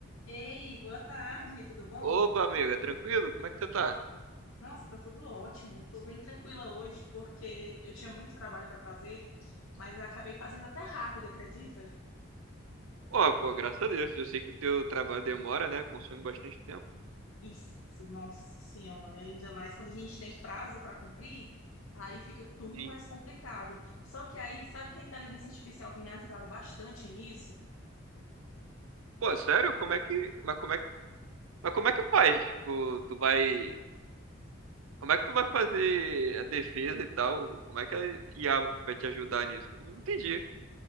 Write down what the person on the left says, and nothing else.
Ei, boa tarde, tudo bom?
Nossa, tá tudo ótimo. Tô bem tranquila hoje porque eu tinha muito trabalho para fazer, mas acabei fazendo até rápido, acredita?
Isso, nossa senhora, ainda mais quando a gente tem prazo para cumprir, aí fica tudo
mais complicado. Só que aí, sabe que a inteligência artificial tem me ajudado bastante nisso?